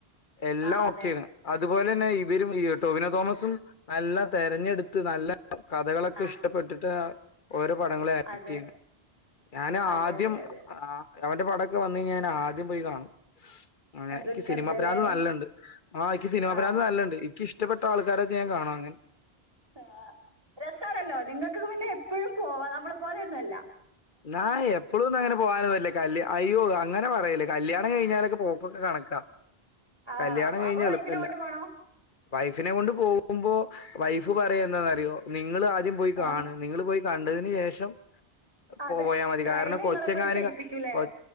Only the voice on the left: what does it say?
എല്ലാം
ഒക്കെയാണ് അതുപോലെ തെ രും ഈ ടോവിനോ തോമസും നല്ല തെരഞ്ഞെടുത്ത് നല്ല കഥകളൊക്കെ
ഇഷ്ടപ്പെട്ടിട്ട് ഓര പടങ്ങ ആക്ട്
ചെയ്യ ഞാന്
ആദ്യം
ആ അവന്റെ പടൊക്കെ വന്ന് കഴഞ്ഞാൽ ഞാൻ ആദ്യം പോയി കാണും അങ്ങനെ എനിക്ക്
സിനിമാപരാന്ത് നല്ലണ്ട് ആ എനിക്ക് സിനിമാപരാന്ത്
നല്ലണ്ട് എനിഷ്ടപ്പെട്ട ആൾക്കാരെ ചെയ്യാൻ കാണ അനെ
നാ എപ്പോഴും ഒന്നും അങ്ങനെ പോകാനൊന്നുമല്ലേ കല് അയ്യോ അങ്ങനെ പറയല്ല കല്യാണം കഴിഞ്ഞാലൊക്കെ പോക്കൊക്കെ കണക്കാ
കല്യാണം
കഴിഞ്ഞ
എളുപ്പല്ല
വൈഫിനെ കൊണ്ട് പോകുമ്പോ വൈഫ് പറയ എന്താന്ന്റിയോ നിങ്ങള് ആ ആ പോയി
കാണ് നിങ്ങൾ പോയി കണ്ടതിന് ശേഷം
പോയാ മതി
കാരണം കൊച്ചെങ്ങാനും
കൊ